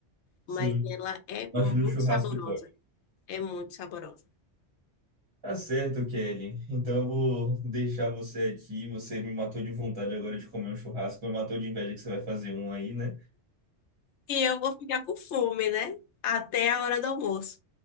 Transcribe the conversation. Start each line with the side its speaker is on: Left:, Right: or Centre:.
Left: mas
Right: Sim,
Left: ela é muito
Right: mas no churrasco
Left: saborosa.
Right: pode.
Left: É muito saborosa.
Right: Tá certo, Kelly. Então eu vou deixar você aqui. Você me matou de vontade agora de comer um churrasco. Me matou de inveja que você vai fazer um aí, né?
Left: E eu vou ficar com fome, né? Até a hora do almoço.